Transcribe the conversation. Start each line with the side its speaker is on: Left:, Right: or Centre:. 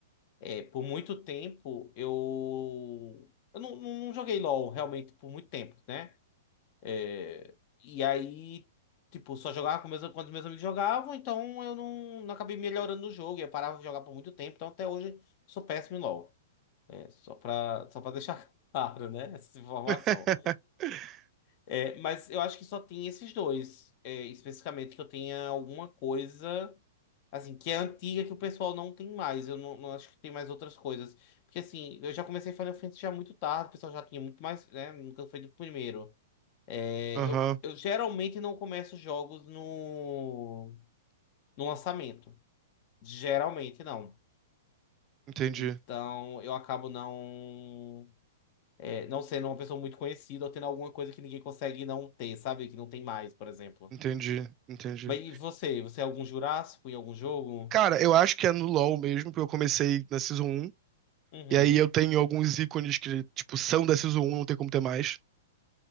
Left: é, por muito tempo eu. Eu não, não- não joguei LoL realmente por muito tempo, né? É, e aí, tipo, só jogava com meus, quando meus amigos jogavam, então eu não, não acabei melhorando no jogo. e Eu parava de jogar por muito tempo, então até hoje sou péssimo em LoL. É, só pra, só pra deixar <laughs> claro, né? Essa informação.
Right: <laughs>
Left: É, mas eu acho que só tem esses dois, é, especificamente, que eu tenha alguma coisa, assim, que é antiga, que o pessoal não tem mais. Eu não, não acho que tem mais outras coisas. Porque, assim, eu já comecei Final Fantasy já muito tarde, o pessoal já tinha muito mais, né? Nunca foi do primeiro. É,
Right: Aham.
Left: eu, eu geralmente não começo jogos no, no lançamento. Geralmente não.
Right: Entendi.
Left: Então, eu acabo não, é, não sendo uma pessoa muito conhecida ou tendo alguma coisa que ninguém consegue não ter, sabe? Que não tem mais, por exemplo.
Right: Entendi. Entendi.
Left: Mas e você? Você é algum Jurássico em algum jogo?
Right: Cara, eu acho que é no LoL mesmo, porque eu comecei na Season 1.
Left: Uhum.
Right: E aí eu tenho alguns ícones que, tipo, são da Season 1, não tem como ter mais.